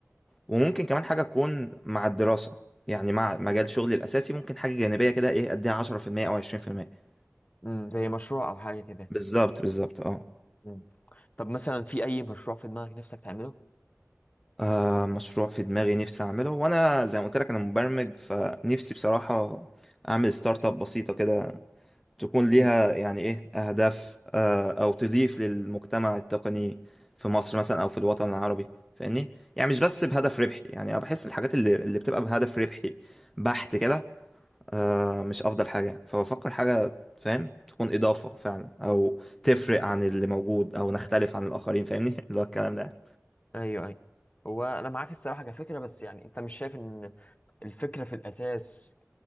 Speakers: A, in the centre; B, on the left.
A: وممكن كمان حاجه تكون مع الدراسه يعني مع مجال شغلي الاساسي ممكن حاجه جانبيه كده ايه اديها 10% او 20%
B: امم زي مشروع او حاجة كده
A: بالظبط بالظبط اه
B: امم طب مثلا في اي مشروع في دماغك نفسك تعمله
A: آه، مشروع في دماغي نفسي اعمله وانا زي ما قلت لك انا مبرمج فنفسي بصراحه اعمل ستارت اب بسيطه كده تكون ليها
B: امم
A: يعني ايه اهداف آه، او تضيف للمجتمع التقني في مصر مثلا او في الوطن العربي فاهمني يعني مش بس بهدف ربحي يعني انا بحس الحاجات اللي اللي بتبقى بهدف ربحي بحت كده آه، مش افضل حاجة فبفكر حاجة فاهم تكون اضافة فعلا او تفرق عن اللي موجود او نختلف عن الاخرين فاهمني <laughs> اللي هو الكلام ده
B: ايوه ايوه هو انا معاك الصراحة كفكرة بس يعني انت مش شايف ان الفكرة في الاساس